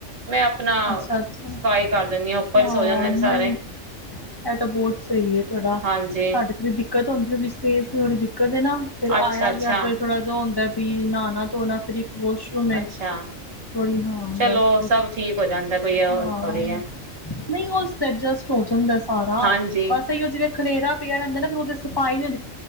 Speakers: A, on the right (about 70°); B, on the left (about 15°).
A: ਮੈਂ ਆਪਣਾ
B: ਅੱਛਾ ਅੱਛਾ
A: ਸਫਾਈ ਕਰ ਦਿੰਦੀ ਉੱਪਰ
B: ਹਾਂ
A: ਹੀ ਸੋ ਜਾਂਦੇ ਨੇ
B: ਨਹੀਂ
A: ਸਾਰੇ
B: ਇਹ ਤਾਂ ਬਹੁਤ ਸਹੀ ਹੈ। ਥੋੜਾ
A: ਹਾਂਜੀ
B: ਸਾਡੇ ਦਿ ਦਿੱਕਤ ਸਪੈਸ ਦੀ ਥੋੜੀ ਜਿਹੀ ਕਦੇ ਨਾ ਫੇਰ
A: ਅੱਛਾ,
B: ਆ
A: ਅੱਛਾ।
B: ਗਿਆ ਫੇਰ ਥੋੜ੍ਹਾ ਜਿਹਾ ਹੁੰਦਾ। ਵੀ ਨਹਾਣਾ ਧੋਣਾ ਫਿਰ ਵਾਸ਼ਰੂਮ ਐ
A: ਅੱਛਾ
B: ਥੋੜੀ ਹਾਂ
A: ਚਲੋ
B: ਬਸ ਵੀ
A: ਸਭ ਠੀਕ ਹੋ ਜਾਂਦਾ ਕੋਈ ਉਹ
B: ਹਾਂ
A: ਥੋੜ੍ਹੀ ਹੈ
B: ਨਹੀਂ ਉਹ ਸੋਜਸਟ ਹੋ ਜਾਂਦਾ ਸਾਰਾ
A: ਹਾਂਜੀ।
B: ਬਸ ਇਹੀ ਉਹ ਜਿਵੇਂ ਖਲੇਰਾ ਪਿਆ ਰਹਿੰਦਾ ਨਾ ਉਹਦੇ ਸਫਾਾਈ ਨੂੰ